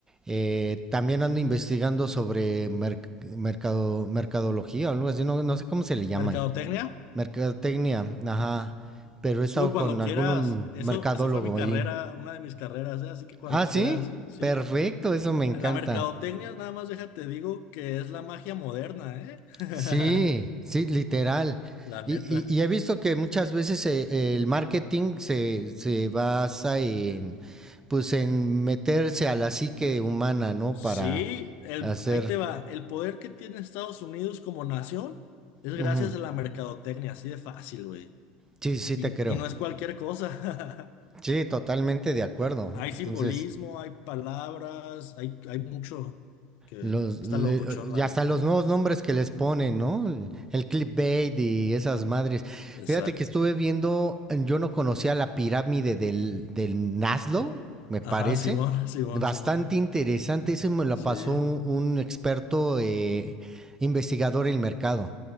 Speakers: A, on the right; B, on the left.
A: Eh, también ando investigando sobre merc- mercado, mercadología o algo así, no, no sé cómo se le llama
B: ¿Mercadotecnia?
A: ahí. Mercadotecnia, ajá. Pero he estado
B: Uy, cuando
A: con
B: quieras.
A: algún
B: Eso,
A: mercadólogo
B: esa fue mi carrera,
A: ahí.
B: una de mis carreras, ¿eh? Así que cuando
A: Ah, sí,
B: quieras, ¿sí?
A: perfecto, eso me encanta.
B: La mercadotecnia, nada más déjate digo que es la magia moderna, ¿eh? <laughs>
A: Sí, sí, literal.
B: La neta.
A: Y, y- y he visto que muchas veces eh, el marketing se, se basa en, pues, en meterse a la psique humana, ¿no?
B: Sí,
A: Para
B: el,
A: hacer...
B: ahí te va. El poder que tiene Estados Unidos como nación es
A: Ujú.
B: gracias a la mercadotecnia, así de fácil, güey.
A: Sí, sí,
B: Y,
A: te creo.
B: y no es cualquier cosa. <laughs>
A: Sí, totalmente de acuerdo.
B: Ah, Hay
A: Entonces,
B: simbolismo, hay palabras, hay, hay mucho que
A: Los,
B: está
A: le-
B: locochón, la
A: y hasta
B: neta.
A: los nuevos nombres que les ponen, ¿no? El, el clickbait y esas madres.
B: Exacto.
A: Fíjate que estuve viendo, yo no conocía la pirámide del, del Naslo, me parece.
B: Ajá, Simón, <laughs> Simón,
A: Bastante
B: Simón.
A: interesante. Ese me lo
B: Sí.
A: pasó un, un experto eh, investigador en el mercado.